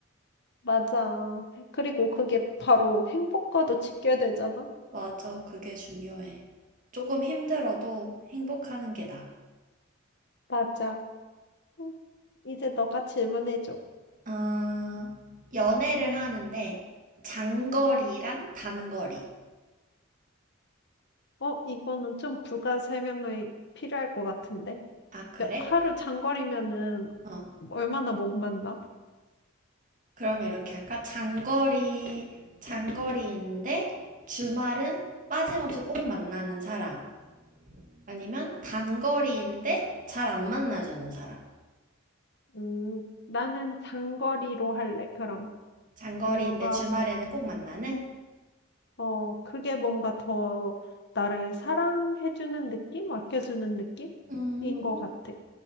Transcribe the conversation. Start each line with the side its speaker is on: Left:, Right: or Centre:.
Left: 맞아. 그리고 그게 바로 행복과도 직결되잖아?
Right: 맞아. 그게 중요해. 조금 힘들어도 행복하는 게 나아.
Left: 맞아. 음, 이제 너가 질문해줘.
Right: 아, 연애를 하는데 장거리랑 단거리.
Left: 어, 이거는 좀 부가 설명이 필요할 것 같은데.
Right: 아, 그래?
Left: 몇- 하루 장거리면은
Right: 어.
Left: 얼마나 못 만나?
Right: 그럼 이렇게 할까? 장거리, 장거리인데 주말은 빠짐없이 꼭 만나는 사람. 아니면 단거리인데 잘 안 만나주는 사람.
Left: 음, 나는 장거리로 할래, 그럼.
Right: 장거리인데
Left: 뭔가,
Right: 주말에는 꼭 만나는?
Left: 어, 그게 뭔가 더 나를 사랑해주는 느낌? 아껴주는 느낌?
Right: 음,
Left: 인 것 같아.